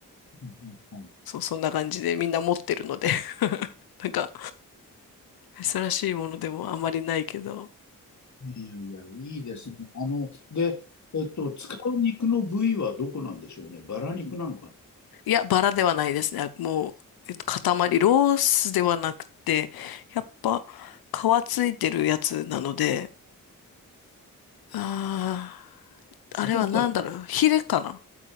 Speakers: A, on the left (about 55°); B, on the left (about 85°).
A: はい、はい。
B: そう、そんな感じでみんな持ってるので <laughs> なんか、珍しいものでもあまりないけど、
A: いいやいや、いいですね。あの、で、えっと、使う肉の部位はどこなんでしょうね。バラ肉なのか
B: いや、バラではないですね。もう、えっと、塊、ロースではなくて、やっぱ、皮ついてるやつなので、ああ、あれはなんだろう、
A: な。どっか、
B: ヒレかな